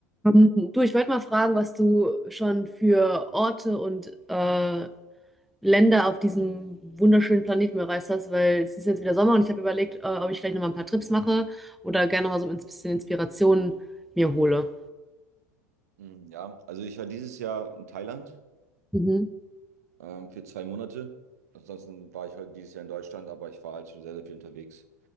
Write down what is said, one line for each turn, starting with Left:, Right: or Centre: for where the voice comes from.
Centre: Ähm, Du, ich wollte mal fragen, was du schon für Orte und äh, Länder auf diesem wunderschönen Planeten bereist hast, weil es ist jetzt wieder Sommer und ich habe überlegt, äh, ob ich vielleicht nochmal ein paar Trips mache oder gerne mal so ein bisschen Inspiration mir hole.
Right: Mm, Ja, also ich war dieses Jahr in Thailand
Centre: Mhm.
Right: ähm, für zwei Monate. Ansonsten war ich heute dieses Jahr in Deutschland, aber ich war halt schon sehr, sehr viel unterwegs.